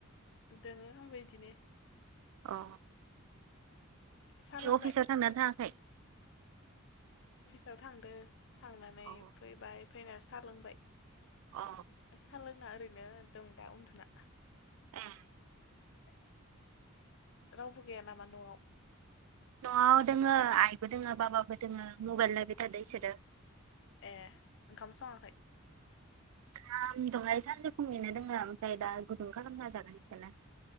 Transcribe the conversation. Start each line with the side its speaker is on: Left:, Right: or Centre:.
Left: दोङो आंबो बिदिनो।
Right: औ।
Left: साहा लोंबाय
Right: अफिसाव थांना थाङाखै?
Left: याव थांदो। थांनानै
Right: अ
Left: फैबाय फैना-' सा लोंबाय
Right: अ
Left: सा लों आंना ओरैनो दं दा उन्दुना
Right: ओं
Left: होत रावबो गैया नामा न'आव
Right: न'आव दोंङ आइबो दोंङ बाबाबो दोंङो मबाइल नायबाय थादो इसोरो
Left: ए ओंखाम सङाखै
Right: ओंखाम दहाय सानजौफुनिनो दोंङो ओमफ्राय दा गुदुं खालामना जागोन बिखौनो